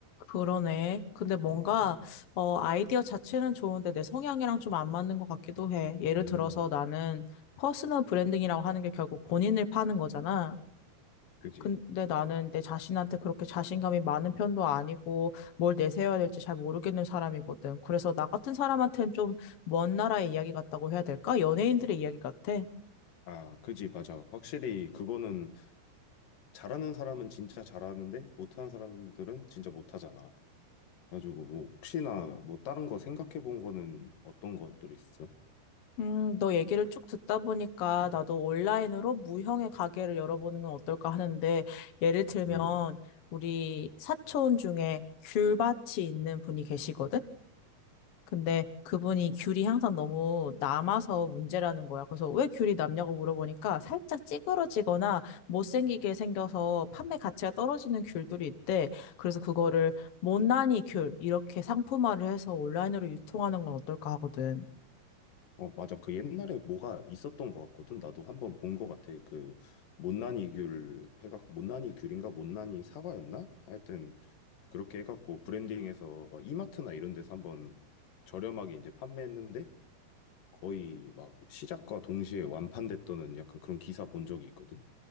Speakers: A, on the left; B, on the left.
A: 그러네. 근데 뭔가,
B: 음, 음,
A: 어, 아이디어 자체는 좋은데 내 성향이랑 좀 안 맞는 것 같기도 해. 예를
B: 음,
A: 들어서 나는 퍼스널 브랜딩이라고 하는 게 결국 본인을 파는 거잖아.
B: 그지.
A: 근데 나는 내 자신한테 그렇게 자신감이 많은 편도 아니고 뭘 내세워야 될지 잘 모르겠는 사람이거든. 그래서 나 같은 사람한테는 좀 먼 나라의 이야기 같다고 해야 될까? 연예인들의 이야기 같아.
B: 아, 그지, 맞아. 확실히 그거는 잘하는 사람은 진짜 잘하는데 못하는 사람들은 진짜 못하잖아. 가지고 뭐 혹시나 뭐 다른 거 생각해 본 거는 어떤 것들이 있어?
A: 음, 너 얘기를 쭉 듣다 보니까
B: 음.
A: 나도 온라인으로 무형의 가게를 열어보는 건 어떨까 하는데 예를 들면
B: 음.
A: 우리 사촌 중에 귤밭이 있는 분이 계시거든. 근데 그분이 귤이 항상 너무 남아서 문제라는 거야. 그래서 왜 귤이 남냐고 물어보니까 살짝 찌그러지거나 못생기게 생겨서 판매 가치가 떨어지는 귤들이 있대. 그래서 그거를 못난이 귤 이렇게 상품화를 해서 온라인으로 유통하는 건 어떨까 하거든.
B: 어, 맞아. 그 옛날에 뭐가 있었던 것 같거든. 나도 한번 본 것 같아. 그 못난이 귤 해갖고 못난이 귤인가 못난이 사과였나? 하여튼 그렇게 해갖고 브랜딩해서 막 이마트나 이런 데서 한번 저렴하게 이제 판매했는데 거의 막 시작과 동시에 완판됐다는 약간 그런 기사 본 적이 있거든.